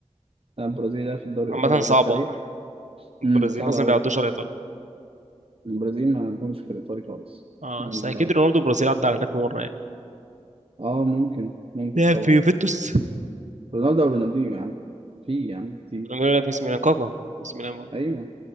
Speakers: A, on the right; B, on the right.
A: آه، البرازيل لعب في الدوري
B: عامة
A: الايطالي عبر
B: صعبة
A: التاريخ
B: البرازيل
A: امم صعب
B: اصلا
A: قوي
B: ما بيعدوش على ايطاليا
A: البرازيل ما عندهمش في الايطالي خالص
B: اه
A: ال-
B: بس اكيد رونالدو البرازيل عدى على هناك مرة يعني
A: اه ممكن ممكن
B: لعب
A: طبعا
B: في يوفنتوس
A: رونالدو او رونالدينيو يعني في يعني كتير
B: رونالدو لعب في اسم ميلان كاكا في اسم ميلان برضه
A: ايوه